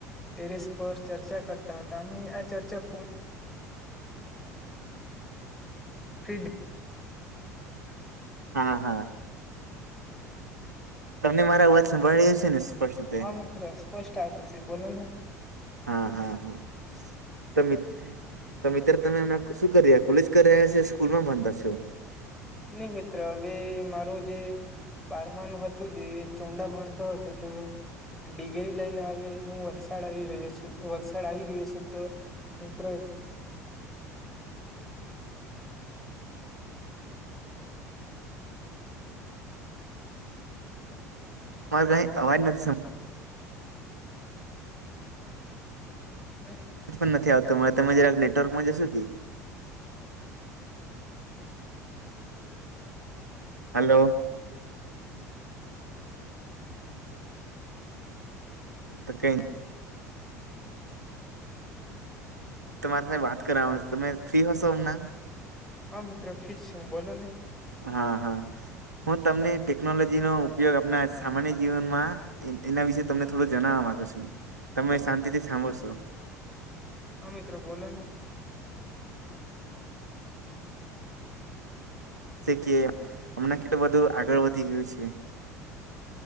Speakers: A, in the centre; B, on the right (about 85°).
A: ટેરેસ પર ચર્ચ કરતા તા અને આ ચર્ચા ફીડ
B: હા હા તમને મારા અવાજ સંભળાયી રહ્યો સ્પષ્ટ છે ને રીતે?
A: હા મિત્ર સ્પષ્ટ આવતો શે બોલો ને
B: હા હા હા તો મિત તો મિત્ર તમે અમના શું કરી રહ્યા કોલેજ કરી રહ્યા છો સ્કૂલ માં ભંણતા છો
A: નઈ મિત્ર હવે મારું જે બારમાનું હતું જે ચોડા ભણતો હતો તો. ડિગ્રી લઈને આવી હું વલસાડ આવી રહ્યો છું. તો વલસાડ આવી ગયો છું તો મિત્ર
B: એમાં કઈ અવાજ નથી સમ
A: નેહ <unintelligible>
B: તો પણ થી આવતો તમે જરાક નેટવર્કમાં જશો કે હલો તો કઈ તમારી સાથે વાત કરાવાની તમે ફ્રી હશો અમના
A: હા મિત્રો ફિશ શું બોલો ને
B: હા હા હું તમને ટેકનોલોજીનો ઉપયોગ આપના સામાન્ય જીવનમાં એના વિશે તમને થોડું જનાવા માંગું છું તમે શાંતિથી સાંભળશો.
A: હા મિત્ર બોલો ને
B: થીકીએ હમણાં કેટલું બધું આગળ વધી ગયું છે.